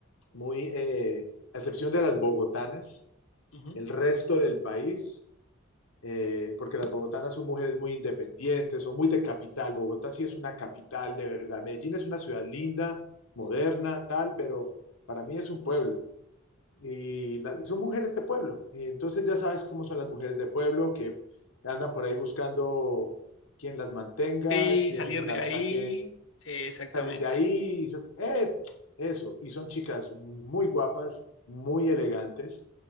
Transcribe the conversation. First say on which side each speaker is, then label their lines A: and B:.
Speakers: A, on the left; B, on the left.
A: muy, eh, a excepción de las bogotanas,
B: ujú.
A: el resto del país eh, porque las bogotanas son mujeres muy independientes, son muy de capital. Bogotá sí es una capital de verdad. Medellín es una ciudad linda, moderna, tal, pero para mí es un pueblo. Y la- son mujeres de pueblo. Y entonces ya sabes cómo son las mujeres de pueblo, que andan por ahí buscando quien las mantenga,
B: Sí,
A: quien
B: salir de
A: las
B: ahí,
A: saque
B: sí, exactamente,
A: salir de ahí. Y son, eh, eso, y son chicas muy guapas, muy elegantes,